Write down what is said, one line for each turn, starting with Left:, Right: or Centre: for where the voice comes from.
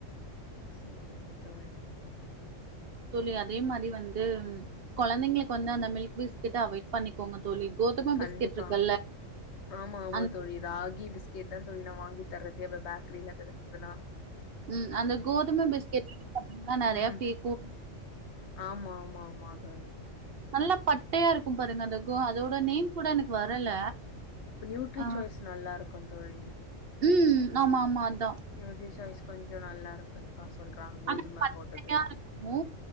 Left: சேரிங்க தோழி
Right: தோழி அதே மாரி வந்து கொந்தைங்களுக்கு வந்து அந்த மில்க் பிஸ்கெட்ட அவாய்ட் பண்ணிக்கோங்க தோழி கோதும
Left: கண்டிப்பா
Right: பிஸ்கெட் இருக்குல்ல
Left: ஆமா ஆமா
Right: அந்த
Left: தோழி ராகி பிஸ் கேட்தான் தோழி நா வாங்கி தர்றதே அப்ப பேக்ரில <unintelligible>
Right: ம் அந்த கோதும பிஸ்கெட் <inaudible> பாத்தீங்கன்னா நறையா
Left: ம்
Right: ஃபேக்கு
Left: ஆமா ஆமா ஆமா தோழி.
Right: நல்லாப் பட்டையா இருக்கு பாருங்க அந்த கோ அதோட நேம் கூட எனக்கு வரல
Left: நியூட்ரி
Right: ஆ
Left: சாய்ஸ் நல்லாருக் க்கு தோழி
Right: ம் ஆமா ஆமாந்
Left: நியூட்ரி சாய்ஸ் கொஞ்சோ நல்லா இருக் ரன் பாஸ் சொல்றாங்க கோதும
Right: ஆனா
Left: போட்டது
Right: நெறையா இருக்குமோ